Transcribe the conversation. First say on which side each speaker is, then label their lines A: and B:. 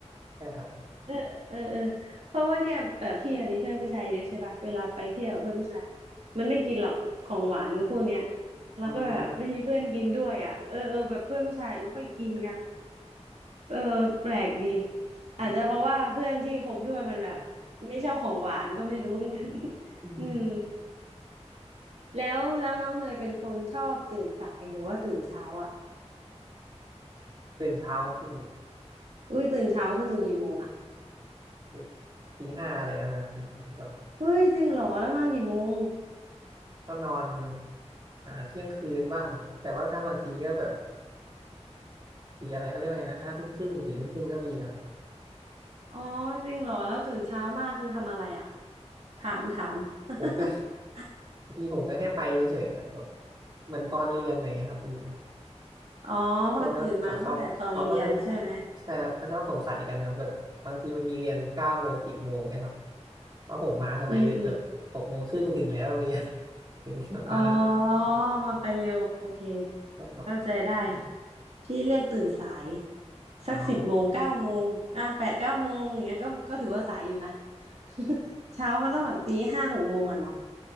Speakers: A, on the right; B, on the right.
A: ได้ครับ
B: เออเออเออเพราะว่าเนี่ยแบบพี่อะมีเพื่อนผู้ชายเยอะใช่ป่ะเวลาไปเที่ยวกับเพื่อนผู้ชายมันไม่กินหรอกของหวานพวกเนี้ยแล้วก็แบบไม่มีเพื่อนกินด้วยอ่ะเออเออแบบเพื่อนผู้ชายไม่ค่อยกินกัน
A: อืม
B: เออแปลกดีอาจจะเพราะว่าเพื่อนที่คบด้วยมันแบบไม่ชอบของหวานก็ไม่รู้เหมือนกัน <laughs>
A: อืม
B: อืมแล้วแล้วน้องเนยเป็นคนชอบตื่นสายหรือว่าตื่นเช้าอ่ะ
A: ตื่นเช้าครับพี่
B: อุ้ยตื่นเช้าคือตื่นกี่โมงอ่ะ
A: ตื่นตีห้าอะไรเงี้ยนะครับพี่เหมือนแบบ
B: เฮ้ยจริงเหรอแล้วนอนกี่โมง
A: ก็นอนอ่าเที่ยงคืนบ้างครับแต่ว่าถ้าบางทีก็แบบตีอะไรเขาเรียกว่าไงนะห้าทุ่มครึ่งสี่ทุ่มครึ่งก็มีครับ
B: อ๋อจริงเหรอแล้วตื่นเช้ามากคือทำอะไรอ่ะ ถามถาม <laughs>
A: ผมก็ <laughs> บางทีผมก็แค่ไปเฉยๆครับแบบเหมือนตอนเรียนอะไรเงี้ยครับพี่
B: อ๋อเพราะมันตื่นมาตั้งแต่ตอนเรียนใช่ไหม
A: คนเขาเขาเขาก็จะใช่ครับเขาชอบสงสัยกันครับแบบบางทีมันมีเรียนเก้าโมงสิบโมงเนี่ยครับว่าผมมาทำไมแบบหกโมงครึ่งถึงแล้วโรงเรียน
B: อืมอืม
A: <laughs> ถึงประมาณนั้น
B: อ๋อ มาไปเร็วโอเค
A: ใช่ครับ
B: เข้าใจได้พี่เลือกตื่นสายสักสิบโมงเก้าโมงอ่ะแปดเก้าโมงอย่างเงี้ยก็ก็ถือว่าสายอยู่นะ
A: เอา
B: <laughs> เช้ามันต้องแบบตีห้าหกโมงอะเนาะ